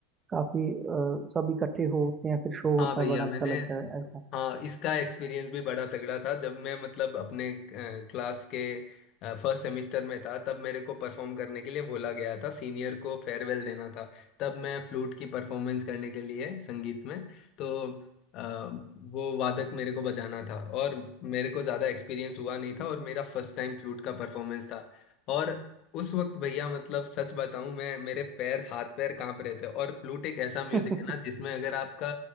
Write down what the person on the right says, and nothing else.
काफी अ, सब इकट्ठे होते हैं फिर शो
होता
है बड़ा अच्छा
लगता है ऐसा
<laughs>